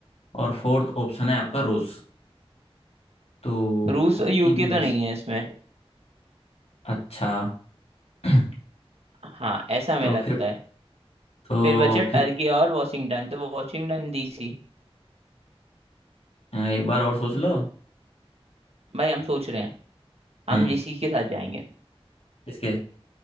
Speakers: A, on the left; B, on the right.
A: और फोर्थ ऑप्शन है आपका रूस तो
B: रूस और यूके
A: इनमें
B: तो नहीं
A: से
B: है इसमें
A: अच्छा <clears throat>
B: हाँ ऐसा हमें
A: तो
B: लगता
A: फिफ्थ
B: है
A: तो
B: फिर बचा
A: फिफ्थ
B: टर्की और वॉशिंगटन तो वॉशिंगटन डीसी
A: एक बार और सोच लो
B: भाई हम सोच रहे हैं हम
A: हम्म
B: इसी के साथ जाएंगे
A: इसके